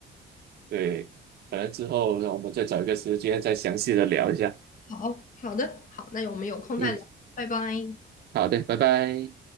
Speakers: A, on the right; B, on the left.
A: 对，可能之后让我们再找一个时间再详细的聊一下。
B: 好，好的，好，那我们有空再聊，
A: 嗯，
B: 拜拜。
A: 好的，拜拜。